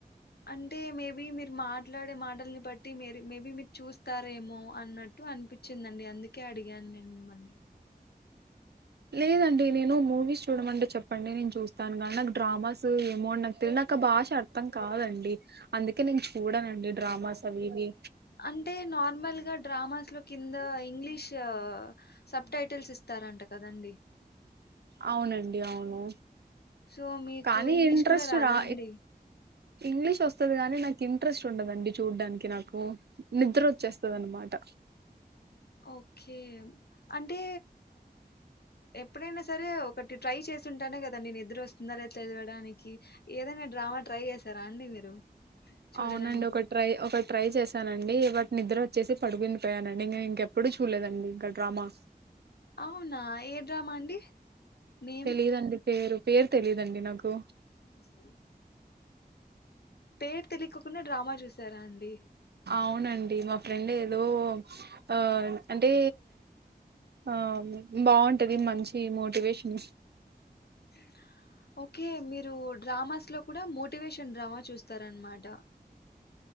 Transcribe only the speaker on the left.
అంటే మేబీ మీరు మాట్లాడే మాటల్ని బట్టి మే మేబీ మీరు చూస్తారేమో అన్నట్టు అనిపించిందండి అందుకే అడిగాను నేను మిమ్మల్ని
అంటే నార్మల్గా డ్రామాస్ లో కింద ఇంగ్లీష్ సబ్ టైటిల్స్ ఇస్తారంట కదండి
సో మీకు
ఇంగ్లీష్
కూడా రాదా
అండి
ఓకే అంటే ఎప్పుడైనా సరే ఒకటి ట్రై చేసింటానే కదా నేను ఎదురు వస్తుంద తెలియడానికి ఏదైనా డ్రామా ట్రై చేసారా అండి మీరు చూడడానికి
అవునా ఏడ్రామా అండి నేమ్
నమస్త పేరు తెలికకుండా డ్రామా చూసారా అండి
<inaudible> ఓకే మీరు డ్రామాస్ లో కూడా మోటివేషన్ డ్రామా చూస్తారనమాట